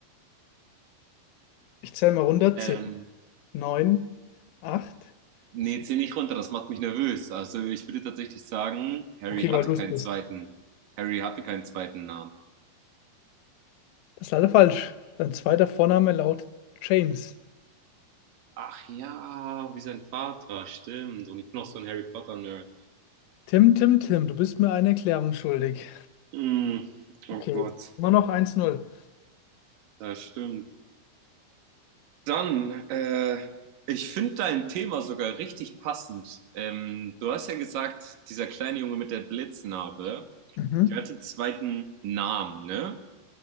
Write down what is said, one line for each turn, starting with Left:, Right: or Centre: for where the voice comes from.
Left: Ich zähle mal runter:
Right: Ähm,
Left: 10, 9, 8.
Right: nee,
Left: 7.
Right: zieh nicht runter, das macht mich nervös. Also, ich würde tatsächlich sagen, Harry
Left: Okay,
Right: hatte
Left: weil du
Right: keinen
Left: es bist.
Right: zweiten. Harry hatte keinen zweiten Namen.
Left: Das ist leider falsch. Sein zweiter Vorname lautet James.
Right: Ach ja, wie sein Vater, stimmt. Und ich bin noch so ein Harry Potter-Nerd.
Left: Tim, Tim, Tim, du bist mir eine Erklärung schuldig.
Right: Hm, oh
Left: Okay,
Right: Gott,
Left: immer noch eins null.
Right: das stimmt. Dann, äh, ich finde dein Thema sogar richtig passend. Ähm, du hast ja gesagt, dieser kleine Junge mit der Blitznarbe.
Left: Mhm,
Right: Der hatte zweiten Namen, ne?